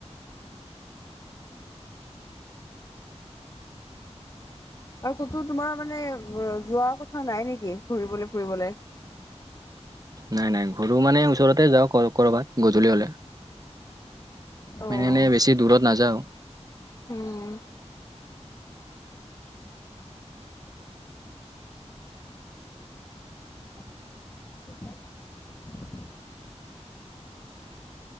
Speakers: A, on the left; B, on the right.
A: আৰু ক'তো তোমাৰ মানে যোৱা কথা নাই নেকি ফুৰিবলৈ ফুৰিবলৈ?
B: নাই নাই ঘূৰো মানে ওচৰতে যাওঁ কৰ ক'ৰবাত গধূলি হলে।
A: অ
B: মানে এনেই বেছি দূৰত নাযাওঁ।
A: উম, <inaudible>